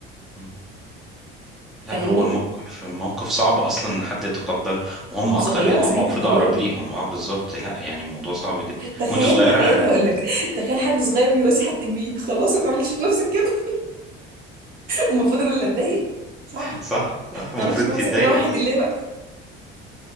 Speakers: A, in the centre; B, on the right.
A: مم.
B: فاهمني
A: لا هو الموقف موقف صعب اصلا ان حد يتقبله وهم
B: كنت
A: اكتر
B: صغيره
A: لان
B: ساعتها
A: هم المفروض
B: كمان
A: اقرب ليهم اه بالظبط لا يعني الموضوع صعب جدا
B: <laughs> تخيل
A: وانت صغيره
B: تخيل
A: ه-
B: هقول لك تخيل حد صغير بيواسي حد كبير خلاص ما تعملش في نفسك كده <laughs> المفروض انا اللي اتضايق صح
A: <laughs> صح صح
B: ما تعملش
A: المفروض
B: في
A: انت
B: نفسك
A: تضايق
B: كده واحد اللي بقى